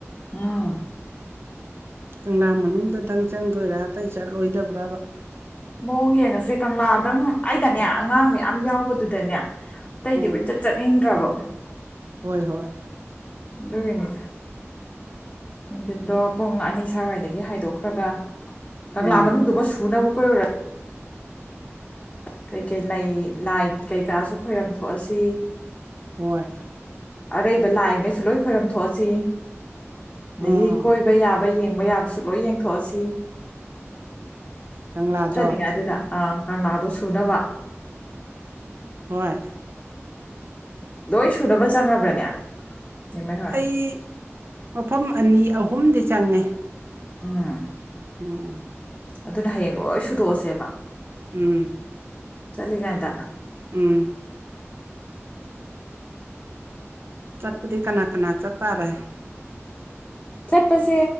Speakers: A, on the left (about 20°); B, on the right (about 55°).
A: ꯎꯝ
B: ꯀꯪꯂꯥ ꯃꯅꯨꯡꯗꯇꯪ ꯆꯪꯗꯣꯏꯔꯥ ꯑꯇꯩ ꯆꯠꯂꯣꯏꯗꯕ꯭ꯔꯕ
A: ꯃꯑꯣꯡ ꯌꯦꯡꯉꯁꯦ ꯀꯪꯂꯥꯗꯪ ꯑꯩꯗꯅꯦ ꯑꯉꯥꯡ ꯃꯌꯥꯝ ꯌꯥꯎꯕꯗꯨꯗꯅꯦ ꯑꯇꯩꯗꯤ
B: ꯎꯝ
A: ꯀꯣꯏꯆꯠ ꯆꯠꯅꯤꯡꯗ꯭ꯔꯕ
B: ꯍꯣꯏ ꯍꯣꯏ
A: ꯑꯗꯨꯒꯤꯅꯤ ꯅꯨꯡꯊꯗꯣ ꯄꯨꯡ ꯑꯅꯤ ꯁ꯭ꯋꯥꯏꯗꯒꯤ ꯍꯥꯏꯗꯣꯛꯈ꯭ꯔꯒ ꯀꯪꯂꯥ
B: ꯎꯝ
A: ꯃꯅꯨꯡꯗꯨꯃ ꯁꯨꯅꯕ ꯀꯣꯏꯔ ꯀꯩꯀꯩ ꯂꯩ ꯂꯥꯏ ꯀꯩꯀꯥꯁꯨ ꯈꯣꯏꯔꯝ ꯊꯣꯛꯑꯁꯤ
B: ꯍꯣꯏ
A: ꯑꯔꯩꯕ ꯂꯥꯏꯡꯉꯩꯁꯨ ꯂꯣꯏ ꯈꯣꯏꯔꯝ ꯊꯣꯛꯑꯁꯤ ꯑꯗꯒꯤ
B: ꯎꯝ
A: ꯀꯣꯏꯕ ꯌꯥꯕ ꯌꯦꯡꯕ ꯌꯥꯕꯁꯨ ꯂꯣꯏ ꯌꯦꯡꯊꯣꯛꯑꯁꯤ
B: ꯀꯪꯂꯥꯗꯣ
A: ꯆꯠꯂꯤꯉꯩꯗꯨꯗ ꯑ ꯀꯪꯂꯥꯗꯣ ꯁꯨꯅꯕ
B: ꯍꯣꯏ
A: ꯂꯣꯏ ꯁꯨꯅꯕ ꯆꯪꯉꯕ꯭ꯔꯅꯦ ꯅꯦꯝꯃꯩ ꯍꯣꯏ
B: ꯑꯩ ꯃꯐꯝ ꯑꯅꯤ ꯑꯍꯨꯝꯗꯤ ꯆꯪꯉꯦ
A: ꯎꯝ
B: ꯎꯝ
A: ꯑꯗꯨꯗꯤ ꯍꯌꯦꯡ ꯂꯣꯏ ꯁꯨꯗꯣꯛꯑꯁꯦꯕ
B: ꯎꯝ
A: ꯆꯠꯂꯤꯉꯩꯗ
B: ꯎꯝ ꯆꯠꯄꯗꯤ ꯀꯅꯥ ꯀꯅꯥ ꯆꯠꯇꯥꯔꯦ
A: ꯆꯠꯄꯁꯦ